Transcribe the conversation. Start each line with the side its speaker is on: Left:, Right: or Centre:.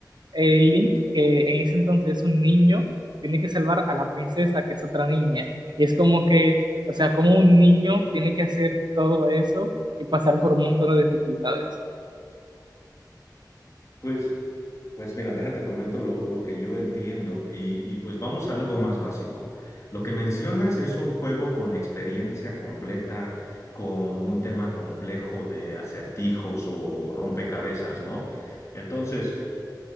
Right: eh, Link, que en ese entonces es un niño, tiene que salvar a la princesa, que es otra niña. Y es como que, o sea, como un niño tiene que hacer todo eso y pasar por un montón de dificultades.
Left: Pues, pues mira, déjate comento lo, lo que yo entiendo y, y pues vamos a algo más básico. Lo que mencionas es un juego con experiencia completa, con un tema complejo de acertijos o rompecabezas, ¿no? Entonces,